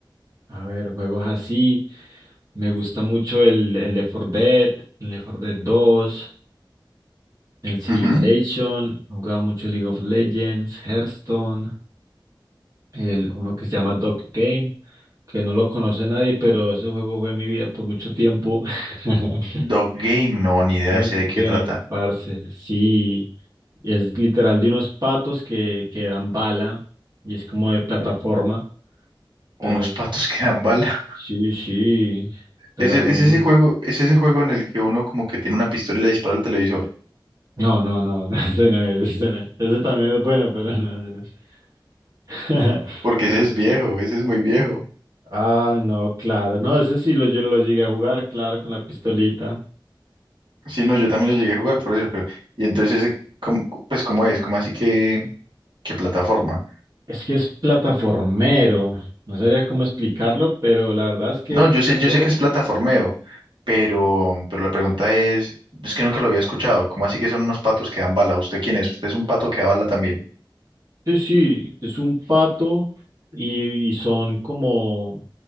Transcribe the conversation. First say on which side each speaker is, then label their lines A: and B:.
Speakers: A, on the right; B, on the right.
A: a ver, juegos así. Me gusta mucho el, el Left 4 Dead, el Left 4 Dead 2, el Civilization,
B: Ujú.
A: he jugado mucho League of Legends, Hearthstone, el uno que se llama Dog Game, que no lo conoce nadie, pero ese juego fue mi vida por mucho tiempo. <laughs>
B: Dog Game, no, ni idea
A: Dog
B: ese de qué
A: Game,
B: trata.
A: parce, sí, es literal de unos patos que, que dan bala y es como de plataforma,
B: U- unos
A: pero es,
B: patos <laughs> que dan bala. <laughs>
A: sí, sí, pero
B: Es, el-
A: a lo
B: es
A: mismo.
B: ese juego, es ese juego en el que uno como que tiene una pistola y le dispara al televisor.
A: No, no, no, no, <laughs> ese no es, ese no es. Ese también es bueno, pero no, ese no es. <laughs>
B: Porque
A: Lo-
B: ese es viejo, ese es muy viejo.
A: Ah, no, claro, no, ese sí lo, yo lo llegué a jugar, claro, con la pistolita.
B: Sí, no, yo también lo llegué a jugar por eso, pero... Y entonces, ese, ¿cómo- pues, ¿cómo es? ¿Cómo así que...? ¿Qué plataforma?
A: Es que es plataformero, no sabría cómo explicarlo, pero la verdad es que
B: No, yo sé, yo
A: God,
B: sé que es plataformeo, pero, pero la pregunta es, es que nunca lo había escuchado. ¿Cómo así que son unos patos que dan bala? ¿Usted quién es? ¿Usted es un pato que da bala también?
A: sí, sí, es un pato y, y son como,